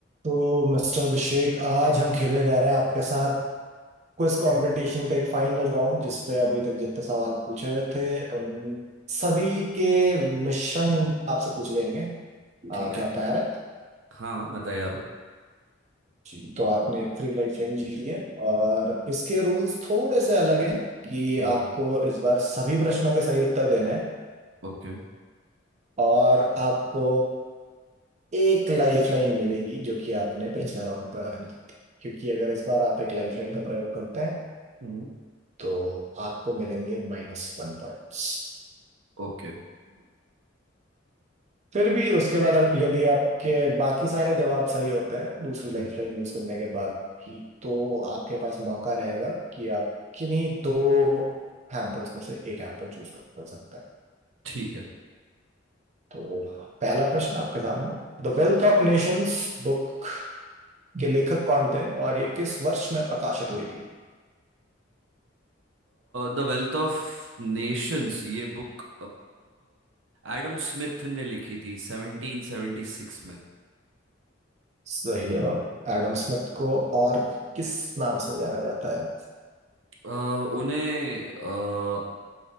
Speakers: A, on the right (about 35°); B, on the right (about 80°).
A: तो मिस्टर अभिषेक आज हम खेलने जा रहे हैं आपके साथ क्विज कंपटीशन का एक फाइनल राउंड जिसपे अभी तक जितने सवाल पूछे हुए थे उन सभी के मिश्रण आपसे पूछ लेंगे आ,
B: ठीक
A: क्या
B: है
A: आप तैयार है
B: हाँ हाँ, मैं तैयार हूँ
A: जी तो आपने एक फ्री लाइफ लाइन जीत ली है और इसके रूल्स थोड़े से अलग हैं कि
B: हम्म
A: आपको इस बार सभी प्रश्नों के सही उत्तर देने हैं
B: ओके
A: और आपको एक लाइफ लाइन मिलेगी जो कि आपने पिछले राउंड पर अर्न की थी क्योंकि अगर इस बार आप एक लाइफ लाइन का प्रयोग करते हैं
B: हम्म
A: तो आपको मिलेंगे माइनस वन पॉइंट्स
B: ओके
A: फिर भी उसके बाद अगर- यदि आपके बाकी सारे जवाब सही होते हैं दूसरी
B: हम्म,
A: लाइफ लाइन यूज करने के बाद भी तो आपके पास मौका रहेगा कि आप किन्हीं दो हैम्पर्स में से एक हैम्पर चूज कर सकते हैं
B: ठीक है
A: तो पहला प्रश्न आपके सामने the Wealth of Nations book के लेखक कौन थे और ये किस वर्ष में प्रकाशित हुई थी
B: द वेल्थ ऑफ नेशंस ये बुक एडम स्मिथ ने लिखी थी 1776 में
A: सही जवाब एडम
B: हम्म।
A: स्मिथ को और किस नाम से जाना जाता है
B: अ, उन्हें अ,